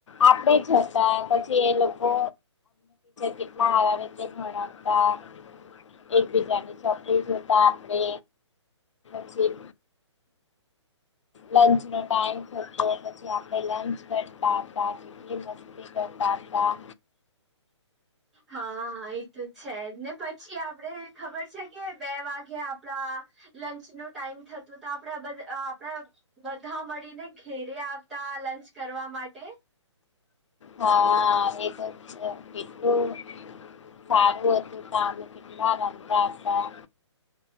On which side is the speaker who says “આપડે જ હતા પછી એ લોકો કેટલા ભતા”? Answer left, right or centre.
Left